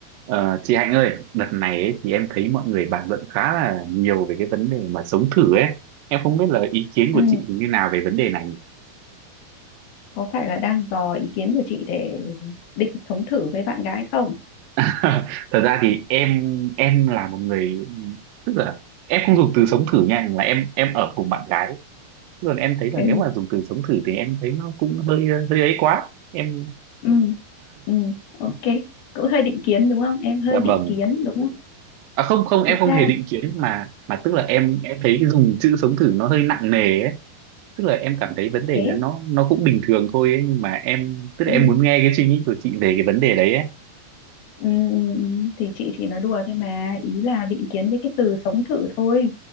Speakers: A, on the right; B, on the left.
A: Ờ, chị Hạnh ơi, đợt này ấy, thì em thấy mọi người bàn luận khá là nhiều về cái vấn đề mà sống thử ấy. Em không biết là ý kiến của
B: Ừ,
A: chị thì như nào về vấn đề này.
B: có phải là đang dò ý kiến của chị để định sống thử với bạn gái không?
A: <laughs> Thật ra thì em em là một người tức là em không dùng từ sống thử nha, là em em ở cùng bạn gái. Còn em thấy là
B: Ừ,
A: nếu mà dùng từ sống thử thì em thấy nó cũng hơi hơi ấy quá. Em
B: ừ, ừ, ok. Cũng hơi định kiến đúng không? Em hơi
A: dạ vâng.
B: định kiến đúng không?
A: À không không, em
B: Thực
A: không
B: ra
A: hề định kiến mà mà tức là em em thấy cái dùng chữ sống thử nó hơi nặng nề ấy tức là em cảm thấy vấn
B: thì
A: đề
B: thế.
A: nó nó nó cũng bình thường thôi ấy, nhưng mà em tức
B: Ừ,
A: là em muốn nghe cái suy nghĩ của chị về cái vấn đề đấy ấy.
B: ừ, ừ, ừ. thì chị chỉ nói đùa thôi mà. Ý là định kiến với cái từ sống thử thôi.